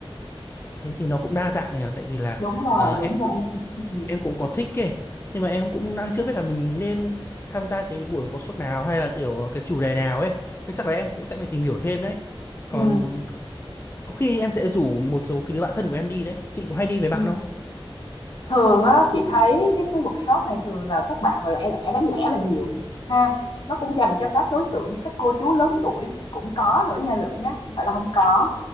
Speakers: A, on the left (about 25°); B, on the left (about 55°).
A: thế thì nó cũng đa dạng nhỉ tại vì là
B: đúng rồi,
A: ờ, em
B: đúng rồi.
A: cũng
B: Ừ.
A: em cũng có thích kì nhưng mà em cũng đang chưa biết là mình nên tham gia cái buổi workshop nào hay là kiểu cái chủ đề nào ấy nên chắc là em cũng sẽ phải tìm hiểu thêm đấy còn
B: Ừ.
A: có khi em sẽ rủ một số cái đứa bạn thân của em đi đấy chị có hay đi với
B: Ừ.
A: bạn không
B: thường á chị thấy cái cái workshop này thường là các bạn lẻ lẻ đánh lẻ là nhiều ha nó cũng dành cho các đối tượng như các cô chú lớn tuổi cũng có nữa nha Lượng nhá không phải là không có